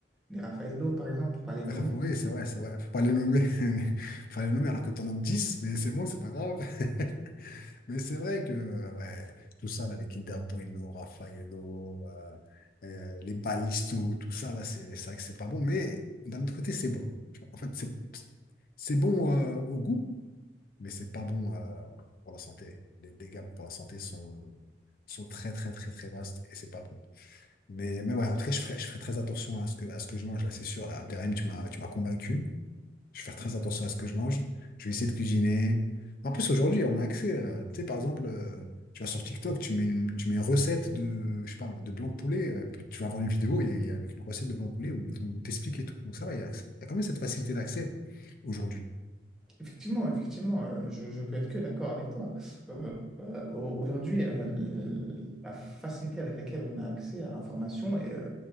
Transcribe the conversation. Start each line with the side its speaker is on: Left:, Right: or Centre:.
Centre: des Raffaello par exemple, pour pas les nommer.
Left: raf- Oui, c'est vrai, c'est vrai. Faut pas les nommer. <laughs> Faut pas les nommer alors que t'en nommes 10 mais c'est bon, c'est pas grave. <laughs> Mais c'est vrai que euh, ouais, tout ça, là, les Kinder Bueno, Raffaello, euh, euh, les balisto tout ça, là, c'est c'est vrai que c'est pas bon. Mais d'un autre côté, c'est bon. Tu vois, En fait, c'est c'est bon euh, au goût, mais c'est pas bon euh, pour la santé. Les dégâts pour la santé sont, sont très, très, très, très vastes et c'est pas bon. Mais, mais ouais, en tout cas, je ferai, je ferai très attention à ce que, à ce que je mange, là, c'est sûr. Là, Abderrahim, tu m'as, tu m'as convaincu. Je vais faire très attention à ce que je mange. Je vais essayer de cuisiner. En plus, aujourd'hui, on a accès. euh, tu sais, par exemple, euh, tu vas sur TikTok, tu mets une, tu mets une recette de, je sais pas, moi, de blanc de poulet. euh, puis tu vas avoir une vidéo il y a- il y a avec une recette de blanc de poulet où on t'explique et tout. Donc ça va, il y a, il y a quand même cette facilité d'accès aujourd'hui.
Centre: Effectivement, effectivement, euh, je, je peux être que d'accord avec toi. Euh, euh, au- aujourd'hui, euh, l- la facilité avec laquelle on a accès à l'information, et, euh,